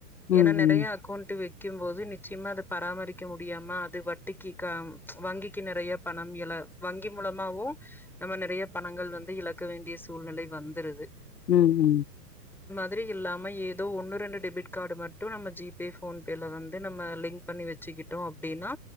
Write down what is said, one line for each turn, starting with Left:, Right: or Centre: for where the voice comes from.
Centre: ஏன்னா
Left: ம்
Centre: நறையா
Left: ம்
Centre: அக்கௌண்ட் வச் வக்கும் போது நிச்சயமா அது பராமரிக்க முடியாம அது வட்டிக்கு வங்கிக்கு நறைய பணம் இல வங்கி மூலமாவு நம்ம நறைய பணங்கள் வந்து இழக்க வேண்டிய சூ சூழ்நலை வந்துருது
Left: உ உ
Centre: திரி இல்லாம ஏதோ ஒன்னு ரெண்டு டெபிட் கார்டு மட்டு நம்ம ஜிபே ஃபோன்பேல வந்து நம்ம லிங்க் பண்ணி வச்சுக்கிட்டோ அப்படின்னா